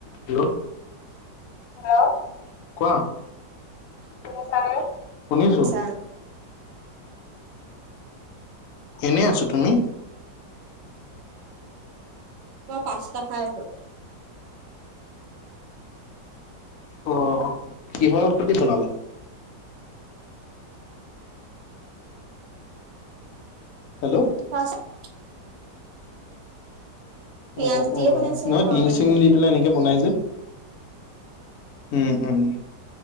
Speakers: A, on the left; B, on the right.
A: Hello. Hello, কোৱা। শুনিছানে? শুনিছো।
B: আচ্ছা
A: এনেই আছো, তুমি?
B: মই পাচটা খাই আছো।
A: অ, কিহৰ স্তুতি বনালে? হেল্ল'
B: আ <unintelligible> পিয়াজ
A: অ
B: দিয়ে
A: অ,
B: বনাইছে
A: নহয়
B: নৰ্মেল
A: ডিম চিমলি-
B: কে
A: এনেকে বনাই যে, উম উম।